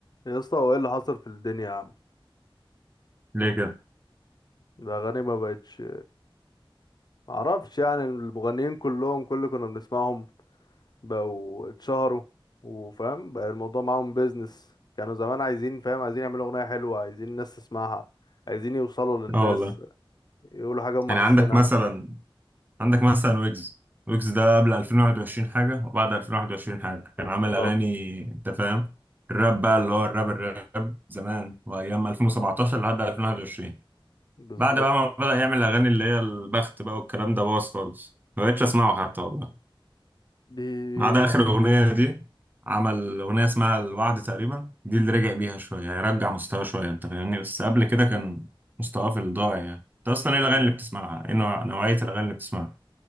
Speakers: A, on the left; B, on the right.
A: يا اسطى هو ايه اللي حصل في الدنيا يا عم
B: ليه كده؟
A: الاغاني ما بقتش معرفش يعني المغنيين كلهم كل اللي كنا بنسمعهم بقوا اتشهروا وفاهم بقى الموضوع معاهم بيزنس كانوا زمان عايزين فاهم عايزين يعملوا اغنيه حلوه عايزين الناس تسمعها عايزين يوصلوا للناس
B: اه والله
A: يقولوا حاجه هم
B: يعني
A: حاسينها
B: عندك مثلا عندك مثلا ويجز ويجز ده قبل 2021 حاجة وبعد 2021 حاجة
A: بالظبط
B: كان عامل أغاني أنت فاهم الراب بقى اللي هو الراب الراب زمان وأيام 2017 لحد 2021
A: بالظبط
B: بعد بقى ما بدأ يعمل أغاني اللي هي البخت بقى والكلام ده باظ خالص ما بقتش أسمعه حتى والله
A: دي
B: ما عدا آخر أغنية دي عمل أغنية اسمها الوعد تقريبا دي اللي رجع بيها شوية هيرجع مستواه شوية أنت فاهمني بس قبل كده كان مستواه في الضاع يعني أنت أصلا
A: يعني
B: إيه الأغاني اللي بتسمعها؟ إيه نوع- نوعية الأغاني اللي بتسمعها؟